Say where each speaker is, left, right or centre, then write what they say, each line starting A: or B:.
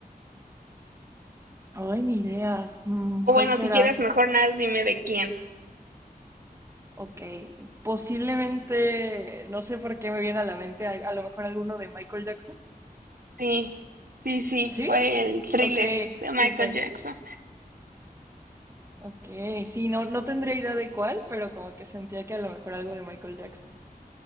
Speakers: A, on the right; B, on the right.
A: Ay, ni idea. Mm,
B: O
A: ¿Cuál
B: bueno,
A: será?
B: si quieres, mejor nada, más dime de quién.
A: Ok, posiblemente, no sé por qué me viene a la mente, a, a lo mejor alguno de Michael Jackson.
B: Sí, sí, sí,
A: ¿Sí?
B: fue el Thriller
A: Ok,
B: de
A: súper.
B: Michael Jackson.
A: Ok, sí, no, no tendría idea de cuál, pero como que sentía que a lo mejor algo de Michael Jackson.